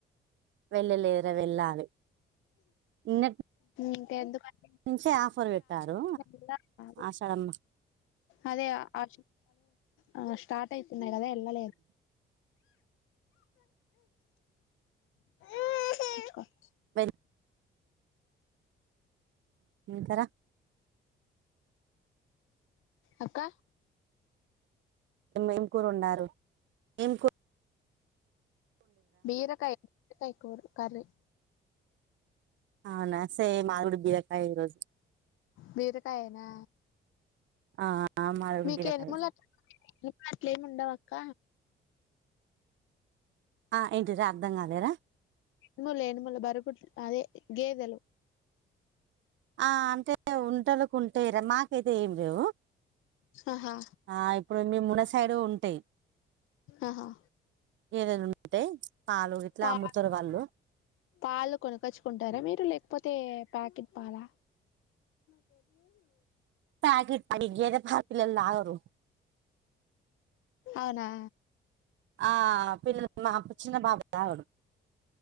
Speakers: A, on the right; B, on the left.
A: వెళ్ళలేదు వెళ్ళాలి నిన్నటి
B: ఇంక ఎంత మంది
A: నుంచే ఆఫర్ పెట్టారు
B: కదా
A: ఆషాఢం లో
B: అదే ఆ ఆ స్టార్ట్ అయితుంది కదా వెళ్ళలేదు ఆ <unintelligible>
A: పెన్ వెళ్తారా
B: అక్క
A: ఏం కూర వండారు ఏం కూ
B: బీరకాయ <inaudible> కర్రీ
A: అవునా సేమ్ మాది కూడ బీరకాయ ఈ రోజు
B: బీరకాయేనా
A: ఆ మాది కూడా
B: మీకు
A: బీరకాయ
B: ఎనుములు అట్లేం ఉండవు అక్క
A: ఆ ఏంటి రా అర్థం కాలేరా
B: ఎనుములు ఎనుములు <unintelligible> అదే గేదెలు
A: ఆ అంతే ఉంటనుకుంటే ఇడ మాకైతే ఏమి లేవు
B: ఆహా
A: ఆ ఇప్పుడు మేమున్న సైడుగా ఉంటాయి
B: ఆహా
A: ఏదైనా ఉంటె పాలు ఇట్లా
B: పా
A: అమ్ముతారు వాళ్ళు
B: పాలు కొనకొచ్చుకుంటారా మీరు లేకపోతే ప్యాకెట్ పాలా చెదికు
A: ప్యాకిట్ <inaudible> గేదె పాలు పిల్లలు తాగారు
B: అవునా
A: ఆ పి మా చిన్న పాప తాగదు